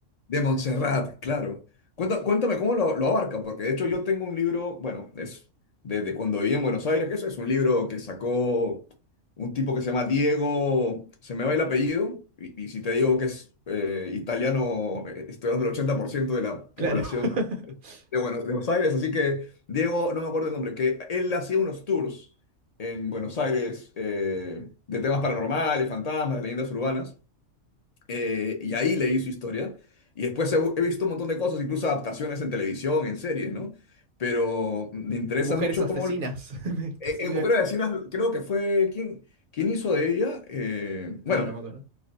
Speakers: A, on the left; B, on the right.
A: De Montserrat, claro. Cuenta- Cuéntame, cómo lo, lo abarca, porque de hecho yo tengo un libro, bueno, es desde cuando viví en Buenos Aires, que eso es un libro que sacó un tipo que se llama Diego, se me va el apellido, y, y si te digo que es eh, italiano, eh, estoy hablando del 80% de la población
B: Claro. <laughs>
A: de, Buenos de Buenos Aires, así que Diego, no me acuerdo el nombre, que él hacía unos tours en Buenos Aires eh, de temas paranormales, fantasmas, de leyendas urbanas. Eh, y ahí leí su historia. Y después he, he visto un montón de cosas, incluso adaptaciones en televisión, en series, ¿no? Pero me interesa
B: Mujeres
A: mucho
B: asesinas.
A: cómo... En
B: <laughs> Que
A: en
B: se
A: Mujer Asesina creo que fue... ¿Quién, quién hizo de ella? Eh, bueno,
B: no, no me acuerdo.